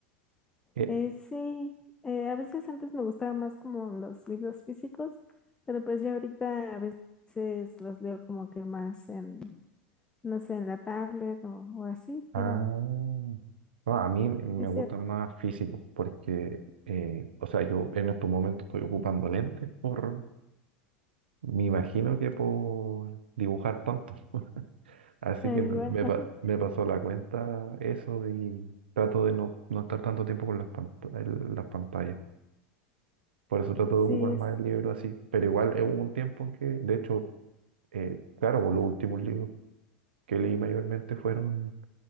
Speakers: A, on the right; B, on the left.
A: Eh,
B: Eh, sí, eh, a veces antes me gustaban más como los libros físicos, pero pues ya ahorita a veces los leo como que más en, no sé, en la tablet o, o así,
A: Ah,
B: pero
A: no, a mí me
B: sí, sí,
A: gustan más físicos porque, eh, o sea, yo en estos momentos estoy ocupando lentes por, me imagino que por dibujar tanto. <laughs> Así
B: eh,
A: que me,
B: igual,
A: me
B: <laughs>
A: pa- me pasó la cuenta eso y trato de no, no estar tanto tiempo con las, pant- el- las pantallas. Por eso trato
B: sí,
A: de ocupar
B: es,
A: más el libro así. Pero igual eh, hubo un tiempo en que, de hecho, eh, claro, por los últimos libros que leí mayormente fueron